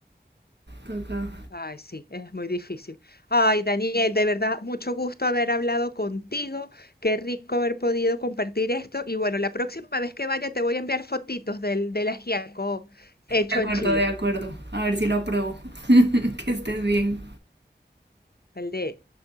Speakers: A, on the right; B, on the left.
A: Toca.
B: Ay, sí, es muy difícil. Ay, Daniel, de verdad, mucho gusto haber hablado contigo. Qué rico haber podido compartir esto. Y bueno, la próxima vez que vaya te voy a enviar fotitos del, del ajiaco hecho
A: De acuerdo,
B: en Chile,
A: de acuerdo. A ver si lo apruebo. <laughs> Que estés bien.
B: el de